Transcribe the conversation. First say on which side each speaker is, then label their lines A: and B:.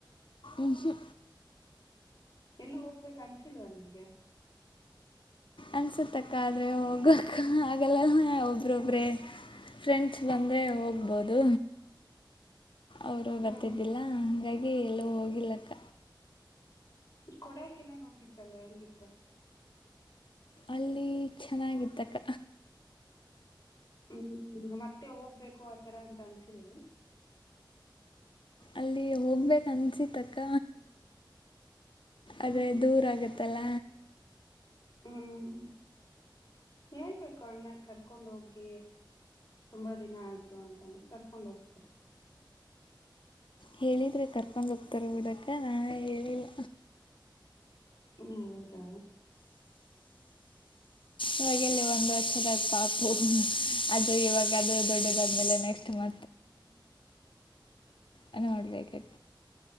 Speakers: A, on the left; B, on the left.
A: ಎಷ
B: ಎಲ್ಲ ಹೋಗ್ಬೇಕ ಅನ್ಸಲ್ವ ನಿನ್ಗೆ
A: ಅನ್ಸತಕ್ಕ ಆದ್ರೆ ಹೋಗಕ್ ಆಲ್ಲ ಒಬ್ರೊಬ್ರೆ ಫ್ರೆಂಡ್ಸ್ ಬಂದ್ರರೆ ಹೋಗ್ಬೋದು ಅವರು
B: ಹ್ಮ್
A: ಬರ್ತಿದ್ದಿಲ್ಲ ಹಂಗಾಗಿ ಎಲ್ಲೂ ಹೋಗಿಲ್ಲಕ್ಕ
B: ಕೊಡಾಕೆನಾನು ಹೋಗಿದ್ರಲ್ಲ ಹೆಂಗಿತ್ತು
A: ಅಲ್ಲಿ ಚೆನ್ನಾಗಿದ್ದಕ್ಕ
B: ಹ್ಮ್ ಮತ್ತೆ ಹೋಗ್ಬೇಕು ಆತರ ಅಂತ ಅನ್ಸಲ್
A: ಅಲ್ಲಿ ಹೋಗ್ಬೇಕ ಅನ್ಸಿತ್ತಕ್ಕ
B: ಹ್ಮ್
A: ಅದೇ ದೂರ ಆಗತ್ತಲ್ಲ
B: ಹ್ಮ್ ಹೇಳ್ಬೇಕು ಅಣ್ಣಕ್ ಕರ್ಕೊಂಡ ಹೋಗ್ ತುಂಬಾ ದಿನ ಆಯ್ತು ಅಂತಂದ್ರೆ ಕರ್ಕೊಂಡ ಹೋಗ್ತಾರೆ
A: ಹೇಳಿದ್ರೆ ಕರ್ಕೊಂಡ್ ಹತಾರ ಹಓಡಕ ನಾನ ಹೇಳಿಲ್ಲ
B: ಹಾ ಹೌದಾ
A: ಇವಾಗಲ್ಲಿ ಒಂದು ವಷದಾಗ ಪಾಪು ಅದು ಇವಾಗ ಅದು ದೊಡ್ಡದಾದ್ಮೇಲೆ ನೆಕ್ಸ್ಟ್ ಮ ಅನ್ನ ಮಾಡಡಲ ಕ